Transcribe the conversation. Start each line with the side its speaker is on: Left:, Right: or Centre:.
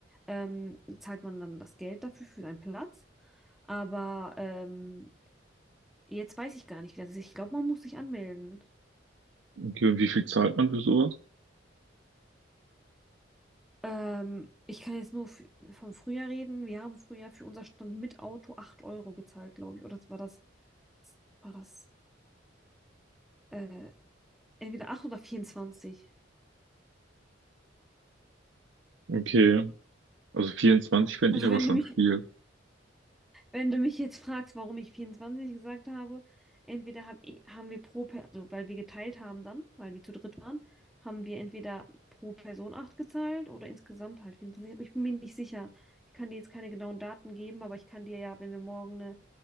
Centre: ähm, zahlt man dann das Geld dafür für deinen Platz. Aber ähm, Jetzt weiß ich gar nicht, wie das ist. Ich glaube, man muss sich anmelden.
Right: Okay, und wie viel zahlt man für sowas?
Centre: Ähm, ich kann jetzt nur f- vom Frühjahr reden. Wir haben früher für unser Stand mit Auto 8 Euro gezahlt, glaube ich. Oder war das, war das äh, entweder 8 oder 24.
Right: Okay. Also 24 fände
Centre: Also
Right: ich aber
Centre: wenn
Right: schon
Centre: du mich,
Right: viel.
Centre: wenn du mich jetzt fragst, warum ich 24 gesagt habe, entweder hab, i- haben wir pro Person, also weil wir geteilt haben dann, weil wir zu dritt waren, haben wir entweder pro Person 8 gezahlt oder insgesamt halt 24. Aber ich bin mir nicht sicher. Ich kann dir jetzt keine genauen Daten geben, aber ich kann dir ja, wenn wir morgen